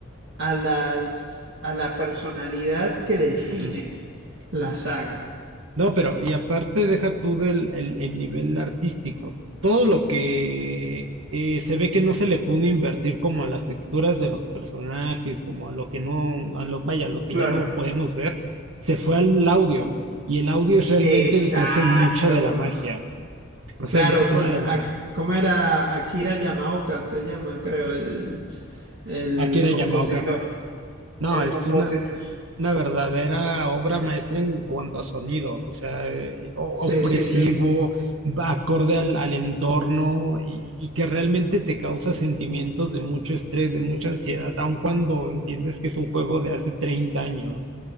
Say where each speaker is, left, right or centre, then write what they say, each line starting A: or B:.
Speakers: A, on the right; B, on the right.
A: a las, a la personalidad que define
B: Ujú.
A: la saga.
B: No, pero y aparte deja tú del el, el nivel artístico. Todo lo que eh, se ve que no se le pudo invertir como a las texturas de los personajes, como a lo que no, a lo, vaya, lo que
A: Claro.
B: ya no podemos ver, se fue al audio. Y el audio es realmente
A: Exacto.
B: el que hace mucha de la magia, hace
A: Claro,
B: demasiado
A: co- eh,
B: de la
A: a-
B: magia.
A: ¿cómo era Akira Yamaoka? Se llama, creo, el, el
B: Aquí era
A: compositor.
B: Yamaoka. No,
A: El
B: es
A: compositor.
B: una, una verdadera obra maestra en cuanto a sonido, o sea, eh, o-
A: Sí,
B: opresivo,
A: sí, sí.
B: va acorde al, al entorno y, y que realmente te causa sentimientos de mucho estrés, de mucha ansiedad, aun cuando entiendes que es un juego de hace treinta años.